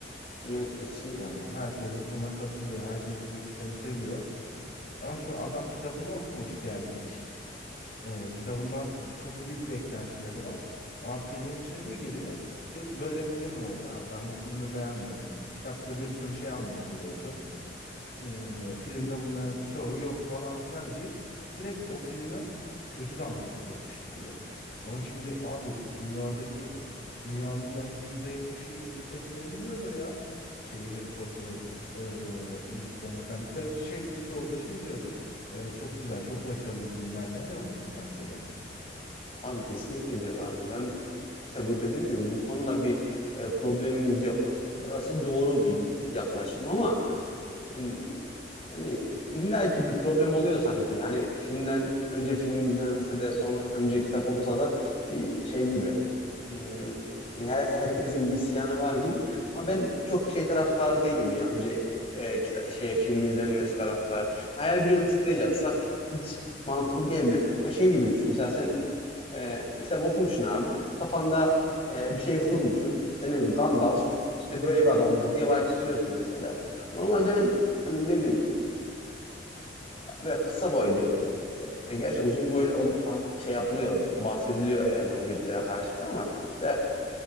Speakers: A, on the left (about 30°); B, on the left (about 45°).
A: Evet kesinlikle.
B: Yani herkes buna katılıyor. Herkes bu ikisini seviyor. Ama şimdi adam kitabını okumuş gelmiş. E, kitabından çok büyük beklentileri var. Ama filmin içine bir giriyor. Diyor ki böyle film mi olur? Abi ben bu filmi beğenmedim. Kitapta bir sürü şey anlatılıyordu. E, filmde bunların çoğu yok falan filan deyip direkt o filme kötü damgası yapıştırıyor. Ama şimdi abi dünyadaki dünyanın belki yüzde yetmişi yüzde sekseni biliyordur ya şeyi Harry Potter'ı e, Yüzüklerin Efendisi ve hepsi şey çoğu da şey diyordur. Evet çok güzel, çok başarılı filmler demiyor mudur sence de?
A: Abi kesinlikle diyorlardır. Ben işte bu dediğim gibi bu konuda bir e, problemimiz yok. Burası doğru bir yaklaşım ama hmm, Yani illa ki bir problem oluyor sanki. Yani filmden önce film izlense de sonra önce kitap okunsa da bir şey gibi. Hmm, yani her, herkesin bir isyanı var gibi. Ama ben çok şey taraftarı değilim ya. Önce e, kita- şey film izlenmesi taraftar. Hayal gücünü kısıtlayacaksa hiç mantıklı gelmiyor. Yani şey gibi düşün. Mesela sen e, kitap okumuşsun abi. Kafanda e, bir şey kurmuşsun. İşte ne bileyim Gandalf işte böyle bir adamdır diye bana çiziyorsun mesela. Normalde ben yani ne bileyim Böyle kısa boylu. işte, Yani gerçi uzun boylu olduğu taht- şey yapılıyor, bahsediliyor yani Hobbitlere karşı falan ama mesela